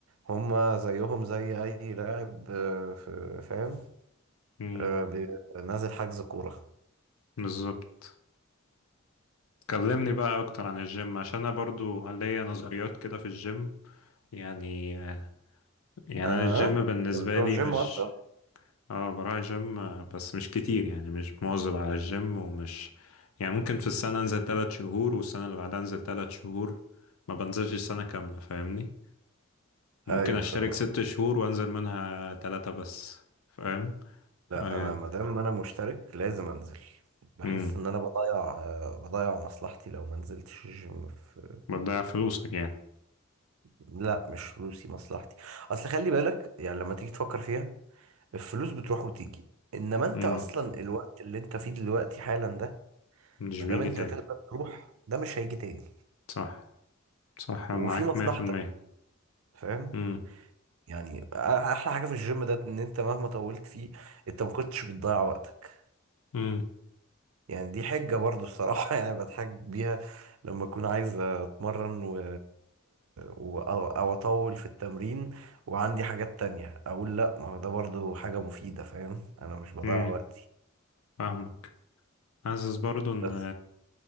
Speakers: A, on the right; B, on the left.
A: هما زيهم زي اي لاعب آه، في- فاهم
B: امم
A: آه، بي- نازل حجز كورة
B: بالظبط كلمني بقى اكتر عن الجيم عشان انا برضو ليا نظريات كده في الجيم يعني آه، يعني
A: اه
B: انا الجيم بالنسبه
A: انت بتروح
B: لي
A: جيم
B: مش
A: اصلا
B: اه بروح جيم آه، بس مش كتير يعني مش مواظب على الجيم ومش يعني ممكن في السنة انزل تلات شهور والسنة اللي بعدها انزل تلات شهور ما بنزلش سنة كاملة فاهمني ممكن
A: ايوه
B: اشترك
A: فاهم
B: ست شهور وانزل منها تلاتة بس فاهم
A: لا
B: اه
A: انا ما دام انا مشترك لازم انزل بحس
B: امم
A: ان انا بضيع آه، بضيع مصلحتي لو ما نزلتش الجيم في
B: بتضيع فلوسك يعني
A: لا مش فلوسي مصلحتي اصل خلي بالك يعني لما تيجي تفكر فيها الفلوس بتروح وتيجي انما انت
B: امم
A: اصلا الوقت اللي انت فيه دلوقتي حالا ده
B: مش
A: ما
B: بيجي
A: دام انت
B: تاني
A: تقدر تروح ده مش هيجي تاني
B: صح صح
A: وفي
B: معاك
A: مصلحتك
B: مية في المية
A: فاهم
B: امم
A: يعني احلى حاجة في الجيم ده ان انت مهما طولت فيه انت ما كنتش بتضيع وقتك
B: امم
A: يعني دي حجة برضه الصراحة <laughs> يعني بتحج بيها لما أكون عايز أتمرن و... و... أو أو أطول في التمرين وعندي حاجات تانية أقول لأ ما هو ده برضه حاجة مفيدة فاهم أنا مش بضيع
B: امم
A: وقتي
B: فاهمك حاسس برضو ان
A: بس